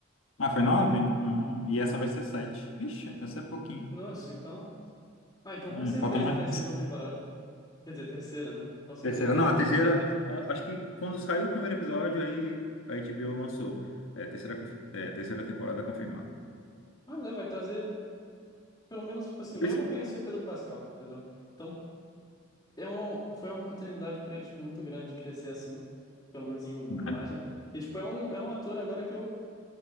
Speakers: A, on the left; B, on the left.
A: Ah, foi 9. Ah, e
B: Uhum.
A: essa vai ser sete, Vixe, essa é pouquinho.
B: Nossa, então. Ah, então com
A: Hum,
B: certeza
A: falta mais.
B: tem a segunda temporada. Quer dizer, terceira, né? Com certeza
A: Terceira.
B: tem
A: Não,
B: a
A: a terceira.
B: terceira.
A: a- Acho que quando saiu o primeiro episódio, aí a HBO lançou. É, terceira, confi- é, terceira temporada confirmada.
B: Mas é, vai trazer, pelo menos, tipo assim,
A: Por
B: eu
A: isso-
B: não conheci o Pedro Pascal, entendeu? Então, é um, foi uma oportunidade para ele, tipo, muito grande crescer assim, pelo menos em, em imagem.
A: É.
B: E, tipo, é um, é um ator agora que eu,